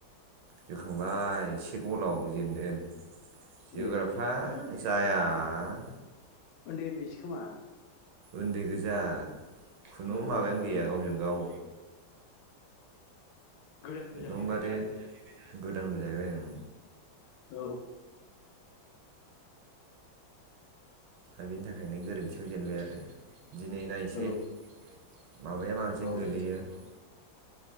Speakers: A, on the right; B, on the left.
A: जोखांबाय एसे गलाव जेेनदों। जोग्राफ्रा
B: ए
A: जाया। आ
B: उन्दै उन्दैसो खोमा
A: उन्दै गोजा खुनु
B: ओ
A: माबायानो
B: माने
A: गैया गावजों गाव
B: गोदानबो
A: एकदमबारे
B: जाहैबायना आरो
A: गोदानबो जाहैबाय ओं
B: औ
A: दा बेनि थाखायनो गोरोन्थियाव जेनबाय आरो दिनै नायनोसै
B: औ
A: औ माबाया माबिजों
B: औ
A: गोलैयो औ